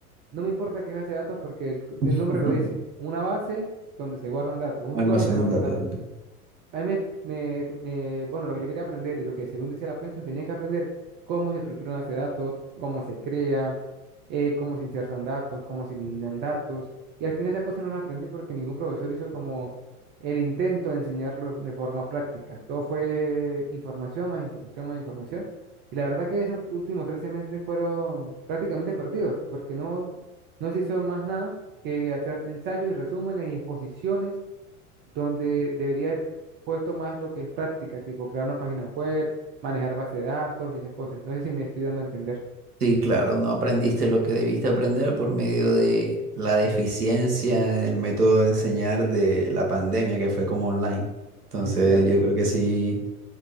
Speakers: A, on the right; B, on the right.
A: no me importa qué es base de datos porque el, el
B: <laughs>
A: nombre lo dice, una base donde se guardan datos, un
B: almacenan
A: lugar donde se guardan
B: datos,
A: datos.
B: ok.
A: A mí me, me- me- bueno, lo que yo quería aprender y lo que según decía la pensión, tenía que aprender cómo se estructuran los datos, cómo se crean, eh, cómo se insertan datos, cómo se eliminan datos. Y al final esas cosas no las aprendí porque ningún profesor hizo como el intento de enseñarlo de forma práctica. Todo fue información, más información, más información. Y la verdad que esos últimos tres semestres fueron prácticamente perdidos porque no, no se hizo más nada que hacer ensayos y resúmenes y exposiciones donde debería haber puesto más lo que es práctica, tipo crear una página web, manejar base de datos y esas cosas. No sé si me estoy dando a entender.
B: Sí, claro, no aprendiste lo que debiste aprender por medio de la deficiencia en el método de enseñar de la pandemia que fue como online. Entonces,
A: Exacto.
B: yo creo que sí,